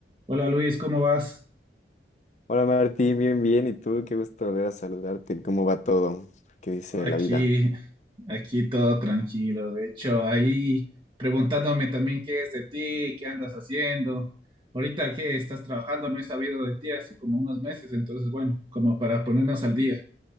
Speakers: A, on the right; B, on the left.
A: Hola Luis, ¿cómo vas?
B: Hola Martín, bien, bien. ¿Y tú? Qué gusto volver a saludarte. ¿Cómo va todo? ¿Qué dice
A: Aquí,
B: la vida?
A: aquí todo tranquilo. De hecho, ahí preguntándome también qué es de ti, qué andas haciendo. Ahorita que estás trabajando, no he sabido de ti hace como unos meses, entonces bueno, como para ponernos al día.